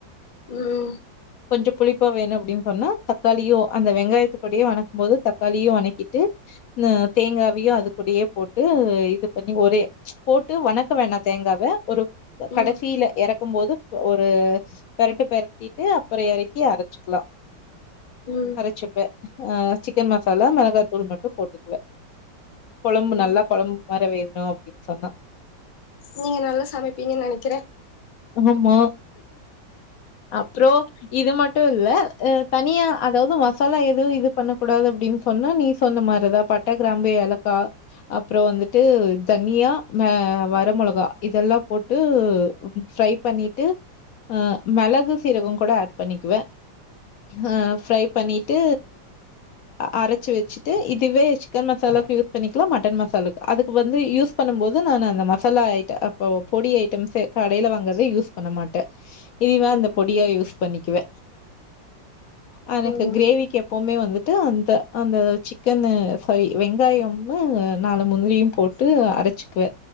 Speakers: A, on the left; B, on the left.
A: உம்
B: கொஞ்சம் புளிப்பா வேணும் அப்படின்னு சொன்னா தக்காளியோ அந்த வெங்காயத்து கூடியே வணக்கும் போது தக்காளியு வணக்கிட்டு உ தேங்காவையும் அது கூடயே போட்டு இது பண்ணி ஒரே போட்டு வணக்க வேண்டா தேங்காவ ஒரு கடைசியில
A: ம் ம்
B: எறக்கும் போது ஒரு பெரட்டு பெர டிட்டு அப்புறம் எறக்கி அரைச்சிக்கலாம்
A: உம்
B: அரைச்சிப்ப ஆ சிக்கன் மசாலா மிளகாத்தூள் மட்டும் போட்டுக்குவ கொழம்பு
A: ம்
B: நல்லா கொழம்பு மார வேணும் அப்படின்னு சொன்னா
A: நீங்க நல்லா சமைப்பீங்கன்னு நெனைக்கிற
B: ஆமா அப்புறோ இது மட்டும் இல்ல தனியா அதாவது மசாலா எதுவும் இது பண்ண கூடாது அப்படின் சொன்னா நீ சொன்ன மாரி தா பட்ட கிராம்பு ஏலக்கா அப்புறம் வந்துட்டு தனியா அ வரமிளகா இதெல்லாம் போட்டு ஃப்ரை பண்ணிட்டு அ மிளகு சீரகம் கூட ஆட் பண்ணிக்குவ அ ஃப்ரை பண்ணிட்டு அரைச்சு வச்சிட்டு இதுவே சிக்கன் மசாலாக்கு யூஸ் பண்ணிக்கலாம் மட்டன் மசாலாக்கு அதுக்கு வந்து யூஸ் பண்ணும் போது நானு அந்த மசாலா ஐட்ட பொடி ஐட்டம்ஸ் கடையில வாங் குனத யூஸ் பண்ண மாட்ட இதுவே
A: ம்
B: அந்த பொடியா யூஸ் பண்ணிக்குவ ஆனா எனக்
A: ம்
B: கிரேவிக்கு எப் எப்பவுமே வந்துட்டு அந்த அந்த சிக்கன்ன சாரி வெங்காயம நாலு முந்திரியும் போட்டு ட்டு அரைச்சிக்குவ